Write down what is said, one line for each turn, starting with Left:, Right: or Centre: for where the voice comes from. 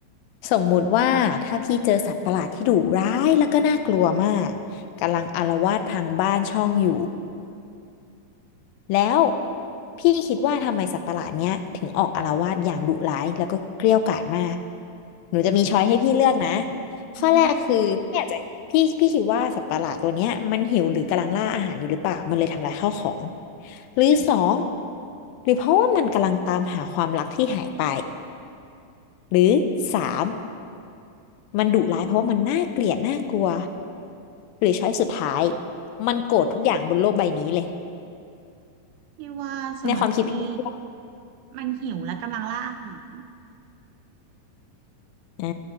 Left: สมมุติว่าถ้าพี่เจอสัตว์ประหลาดที่ดุร้ายแล้วก็น่ากลัวมากกำลังอาละวาดพังบ้านช่องอยู่ แล้วพี่คิดว่าทำไมสัตว์ประหลาดเนี้ยถึงออกอาละวาดอย่างดุร้ายแล้วก็เกรี้ยวกราดมากหนูจะมีช้อยให้พี่เลือกนะข้อแรกคือพี่อาจจะพี่พี่คิดว่าสัตว์ประหลาดตัวเนี้ยมันหิวหรือกำลังล่าอาหารอยู่หรือเปล่ามันเลยทำลายข้าวของ
Right: อือฮึ
Left: หรือสองหรือเพราะว่ามันกำลังตามหาความรักที่หายไปหรือสามมันดุร้ายเพราะว่ามันน่าเกลียดน่ากลัวหรือช้อยสุดท้ายมันโกรธทุกอย่างบนโลกใบนี้เลย
Right: พี่ว่าสำหรับพี่
Left: ในความคิดพี่คิดว่า
Right: มันหิวและกำลังล่าอาหาร
Left: อ่